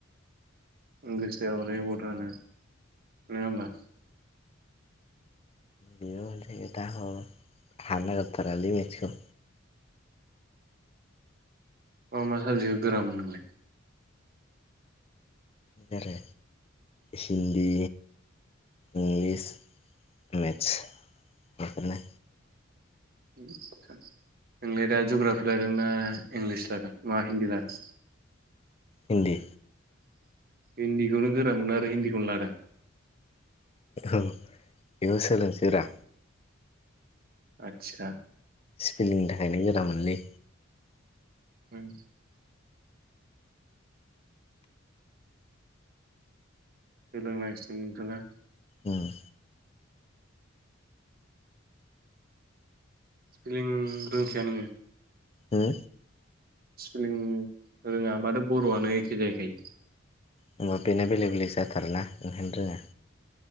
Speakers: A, on the right; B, on the left.
A: ओ गोसोहोआबालाय बहाथो हानो नङा होमबा।
B: बि माने दा ह हानोनागिरथारालै मथसखौ।
A: मा मा साबजेक्टखौ गोरामोनो नोंलाय?
B: आरो हिन्दि इंलिस, मेथस बेफोरनो
A: <unintelligible> उम आदसा नोंलाय दा जुग्राफि लादों ना इंलिस लादों ना हिन्दी लादों?
B: हिन्दि
A: हिन्दिखौनो गोरा मोनो आरो हिन्दीखौनो लादों?
B: औ बेखौ सोलोंसैब्रा
A: आदसा
B: सोलोंनो थाखायनो गोरा मोनलै
A: उम सोलोंनायसै नोंथाङा
B: उम
A: फिलिं रोंखाया नोङो।
B: हो
A: स्पेलिं रोङा माथो बर'आनो एखे जाहैखायो।
B: होमबाबो बेना बेलेग बेलेक जाथारोना ओंखायनो रोङा।